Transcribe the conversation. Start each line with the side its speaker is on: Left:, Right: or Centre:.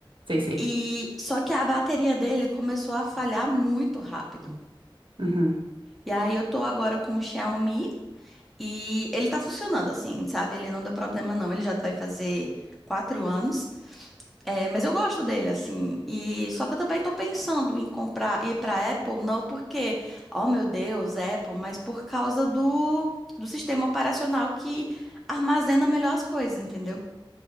Right: Sei, sei.
Centre: E só que a bateria dele começou a falhar muito rápido.
Right: Uhum.
Centre: E aí eu tô agora com o Xiaomi e ele tá funcionando assim, sabe? Ele não deu problema não. Ele já vai fazer quatro anos. É, mas eu gosto dele, assim. E só que eu também tô pensando em comprar, ir pra Apple, não porque, oh meu Deus, Apple, mas por causa do, do sistema operacional que armazena melhor as coisas, entendeu?